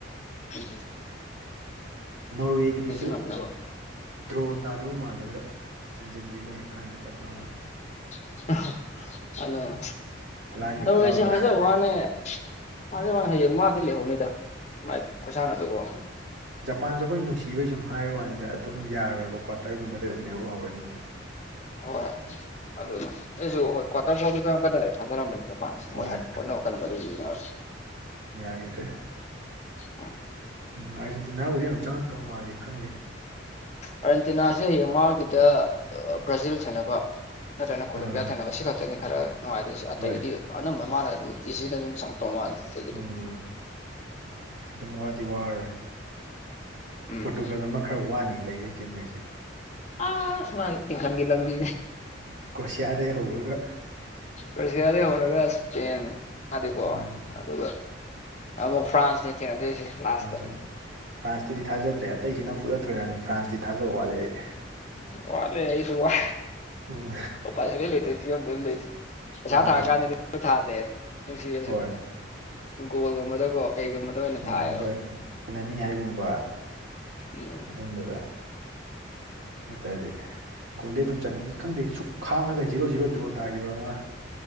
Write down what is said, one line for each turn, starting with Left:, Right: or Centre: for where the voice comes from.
Left: ꯎꯝ
Right: ꯅꯣꯔꯋꯦꯒꯤꯗꯨꯁꯨ
Left: ꯉꯝꯅꯕ
Right: ꯗ꯭ꯔꯣ ꯇꯥꯗꯧ ꯃꯥꯜꯂꯒ ꯆꯟꯖꯟꯒꯤ ꯂꯣꯏꯔꯀꯥꯟꯗ ꯇꯛ ꯂꯥꯎꯋꯦ
Left: <unintelligible>
Right: ꯍꯂꯥꯟꯒꯤ
Left: ꯅꯣꯔꯋꯦꯁꯦ
Right: ꯃꯗꯥꯎꯗ
Left: ꯍꯥꯏꯖ ꯋꯥꯅꯦ ꯍꯥꯖ ꯋꯅꯦ ꯃꯗꯤ ꯂꯩꯍꯧꯅꯤꯗ ꯃꯥꯏ ꯈꯨꯨꯁꯥꯅꯗꯨꯀꯣ
Right: ꯖꯄꯥꯟꯁꯦ ꯑꯩꯈꯣꯏ ꯅꯨꯡꯁꯤꯕꯩ ꯁꯨꯝ ꯍꯥꯏꯕ ꯋꯥꯅꯤꯗ ꯑꯗꯨꯝ ꯌꯥꯔꯣꯏꯕ ꯀ꯭ꯋꯥꯇꯔꯒꯨꯝꯕꯗꯤ ꯑꯗꯨꯝ ꯂꯩꯍꯧ ꯍꯧꯔꯅꯤ ꯃꯣꯏꯗꯤ
Left: ꯍꯣꯏ ꯑꯗꯨꯅ ꯑꯩꯁꯨ ꯍꯣꯏ ꯀ꯭ꯋꯥꯇꯔ ꯐꯥꯎꯗ ꯀꯗꯥꯏ ꯊꯥꯖꯔꯝꯕꯅꯤ ꯃꯖꯥꯟꯦꯣꯏ
Right: ꯍꯣꯏ
Left: ꯍꯣꯠ <unintelligible>
Right: ꯌꯥꯒꯤꯗ꯭ꯔꯦ
Left: ꯑꯣ
Right: ꯎꯝ ꯑꯥꯔꯖꯦꯟꯇꯤꯅꯥꯕꯨꯗꯤ ꯌꯥꯝ ꯆꯪꯉꯛꯇꯧ ꯃꯥꯜꯜꯂꯤꯦ ꯈꯪꯗꯦ
Left: ꯑꯥꯔꯖꯦꯟꯇꯤꯅꯥꯁꯦ ꯍꯌꯦꯡ ꯃꯥꯒꯤꯗ ꯕ꯭ꯔꯥꯖꯤꯜ ꯁꯦꯅꯕ ꯅꯠꯇ꯭ꯔꯅ ꯀꯣꯂꯣꯕꯤꯌꯥ
Right: ꯑꯥ
Left: ꯊꯦꯡꯅꯕꯁꯤ ꯈꯛꯇꯅꯤ ꯈꯔ ꯅꯨꯡꯉꯥꯏꯗꯣꯏꯦ ꯑꯇꯩꯗꯤ
Right: ꯍꯣꯏ
Left: ꯑ ꯑꯗꯨꯝꯕ ꯃꯥꯅ ꯑꯗꯨꯝ ꯏꯁꯤꯗ ꯑꯗꯨꯝ ꯆꯪꯉꯛꯇꯧ ꯃꯥꯜꯂꯦ ꯑꯇꯩꯒꯤꯗꯤ
Right: ꯎꯝ ꯑꯗꯨꯝ ꯋꯥꯗꯤ ꯋꯥꯔꯔꯣꯏ
Left: ꯎꯝ
Right: ꯄꯣꯔꯇꯨꯒꯜ ꯑꯃ ꯈꯔ ꯋꯥꯅꯤ ꯂꯩꯔꯤ ꯇꯤꯝꯈꯩꯁꯦ
Left: ꯑ ꯁ ꯃꯥꯒꯤ ꯈꯪꯤ ꯂꯝꯕꯤ
Right: ꯀ꯭ꯔꯣꯁꯤꯌꯥꯗꯩ ꯍꯧꯔꯒ
Left: ꯔꯁꯤꯌꯥꯗꯩ ꯍꯧꯔꯒ ꯏꯁꯄꯦꯟ ꯊꯥꯗꯀꯣ
Right: ꯎꯝ
Left: ꯑꯗꯨꯒ ꯑꯃꯕꯨ ꯐ꯭ꯔꯥꯟꯁꯇ ꯊꯦꯡꯅꯗꯣꯏꯁꯦ ꯂꯥꯁꯇ
Right: ꯐ꯭ꯔꯥꯟꯁ ꯐ꯭ꯔꯥꯟꯁꯇꯨꯗꯤ ꯊꯥꯖꯗ꯭ꯔꯦ ꯑꯇꯩꯁꯤꯅ ꯄꯨꯠꯂ ꯊꯣꯏꯔꯁꯨ ꯐ꯭ꯔꯥꯟꯁꯇꯤ ꯊꯥꯖꯕ ꯋꯥꯠꯂꯦ ꯑꯩ
Left: ꯋꯥ ꯂꯩ ꯑꯁꯨ ꯋꯥ
Right: ꯎꯝ
Left: ꯑꯣ ꯄ ꯂ ꯂꯩꯦꯇ ꯁꯤ ꯑ ꯅ ꯂꯩꯁ ꯄꯩꯁꯥ
Right: ꯎꯝ
Left: ꯊꯥꯔ ꯀꯥꯟꯗꯗꯤ ꯊꯥꯗꯦ ꯅꯨꯡꯁꯤꯔꯁꯨ
Right: ꯍꯣꯏ
Left: ꯒꯣꯜꯒꯨꯝꯕꯗꯕꯀꯣ ꯀꯩꯒꯨꯝꯕꯗ ꯑꯣꯏꯅ
Right: ꯎꯝ
Left: ꯊꯥꯏꯌꯦꯕ
Right: ꯍꯣꯏ ꯑꯅꯤ ꯍꯥꯏꯒꯨꯝꯕ
Left: ꯎꯝ
Right: ꯑꯗꯨꯝꯕꯗ ꯃꯗꯤ ꯒꯣꯜꯗꯗꯤ ꯑꯗꯨꯝ ꯆꯟꯗꯤ ꯈꯪꯗꯦ ꯁꯨꯛ ꯈꯥꯡꯉꯒ ꯖꯤꯔꯣ ꯖꯤꯔꯣ ꯗ꯭ꯔꯣ ꯇꯥꯈꯤꯕ ꯑꯃ